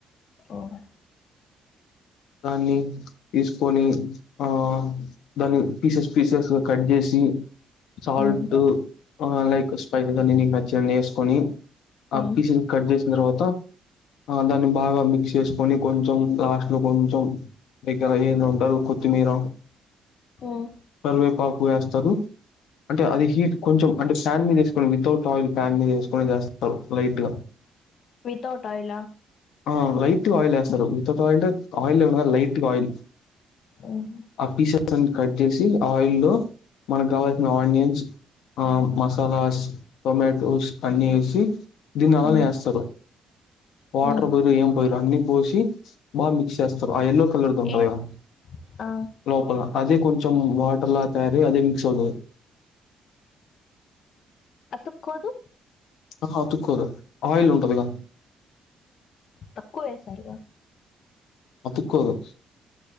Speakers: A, on the left (about 60°); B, on the left (about 80°).
A: ఓహొ
B: దాన్ని తీసుకొని ఆ దాన్ని పీసెస్ పీసెస్గ కట్ జేసి సాల్ట్
A: ఉమ్
B: ఆ లైక్ స్పైసెస్ అన్ని నీకు నచ్చినన్ని ఏసుకొని ఆ
A: ఉమ్
B: పీసెస్ కట్ జేసిన్తర్వాత ఆ దాన్ని బాగ మిక్స్ చేసుకొని కొంచెం లాస్ట్ లో కొంచెం దగ్గర ఏందొ అంటరు కొత్తిమీర
A: ఉమ్
B: కర్వేపాకు వేస్తరు అంటే అది హీట్ కొంచెం అంటే ఫ్యాన్ మీద ఏసుకొని వితౌట్ ఆయిల్ ఫ్యాన్ మీద ఏసుకొని చేస్తరు లైట్ గా
A: వితౌట్ ఆయిలా
B: ఆ లైట్గ ఆయిల్ ఏస్తరు విత్ అవుత్ ఆయిల్ అంటే ఆయిల్ లేకుండ గాద్ లైట్ గా ఆయిల్
A: ఉమ్
B: ఆ పీసెస్ అన్ని కట్ జేసి ఆయిల్లో మనకు కావాల్సిన ఆనియన్స్ ఆ మసాలాస్, టొమాటోస్ అన్ని ఏసి దీన్ని అలానే
A: ఉమ్
B: ఏస్తరు వాటర్
A: ఉమ్
B: పోయరు ఏం పోయరు అన్ని పోసి బాగ మిక్స్ చేస్తరు ఆ ఎల్లో కలర్ది ఉంటది
A: ఎన్
B: కదా
A: ఆ
B: లోపల అది కొంచెం వాటర్ల తయారయి అదే మిక్స్ అవుతది
A: తుక్కోదు
B: ఆహ అతుక్కోదు ఆయిల్ ఉంటదిగా
A: తక్కువ ఏసారుగా
B: అతుక్కోదు